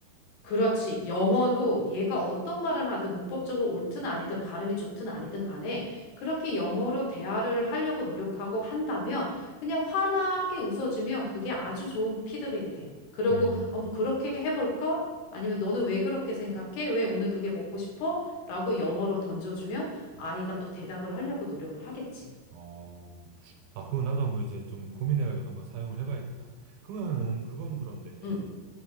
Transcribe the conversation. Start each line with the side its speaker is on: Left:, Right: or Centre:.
Left: 그렇지. 영어도 얘가 어떤 말을 하든 문법적으로 옳든 아니든 발음이 좋든 아니든 간에 그렇게 영어로 대화를 하려고 노력하고 한다면 그냥 환하게 웃어주면 그게 아주 좋은 피드백이 돼. 그러고,
Right: 음,
Left: 어머, 그렇게 해볼까? 아니면 너는 왜 그렇게 생각해? 왜 오늘 그게 먹고 싶어? 라고 영어로 던져주면 아이가 또 대답을 하려고 노력을 하겠지.
Right: 어, 아, 그건 나도 한번 이제 좀 고민해가지고 한번 사용을 해봐야겠다. 그러면은, 그건
Left: 응,
Right: 그런데,
Left: 응,